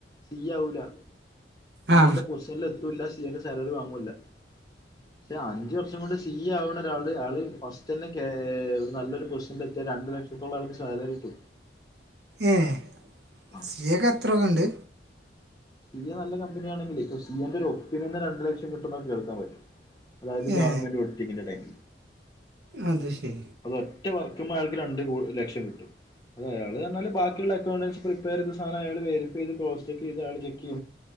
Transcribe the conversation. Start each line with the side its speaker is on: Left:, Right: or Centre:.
Left: സീ ആവൂല. സി
Right: ആ
Left: എ ന്റെ പൊസിഷനിൽ എത്തൂല്ല സി എ ന്റെ സാലറി വാങ്ങ്വേല്ല. പക്ഷെ അഞ്ച് വർഷം കൊണ്ട് സി ഈ അവിടെ ഒരാള് ഉണ്ട് അയാൾ ഫസ്റ്റ് തന്നെ കേറിയാൽ പൊസിഷനിൽ എത്തിയാൽ രണ്ടു ലക്ഷത്തോളം അവർക്ക് സാലറി കിട്ടും
Right: ഏഹെ
Left: ആഹ്
Right: സി എ ക്ക് ത്രൊക്കെ ഉണ്ട്
Left: സി എ നല്ല കമ്പനിയണെങ്കിൽ ഇപ്പൊ സി. ഓ എന്റെ ഒപ്പീനിയന് രണ്ട് ലക്ഷം കിട്ടും എന്ന് നമ്മുക്ക് കേൾക്കാൻ പറ്റും അതായത് ഗവൺമെന്റ്
Right: ഏ
Left: ഒഡിറ്റിങ്ങിന്റെ ഇടയിൽ
Right: അത് ശരി
Left: അത് ഒറ്റ വർക്കിന്മൽ അയാൾക്ക് രണ്ട് ലക്ഷ്യം കിട്ടും അത അയാള് എന്നാൽ ബാക്കിയുള്ള അക്കൗണ്ടൻസ് പ്രിപ്പയ ചെയ്ത് സാധനം അയാൾ വരിഫൈ ചെയ്ത് ക്റ്റ് സ് ചെ ചെയ്ത് അയാ ചെക്ക്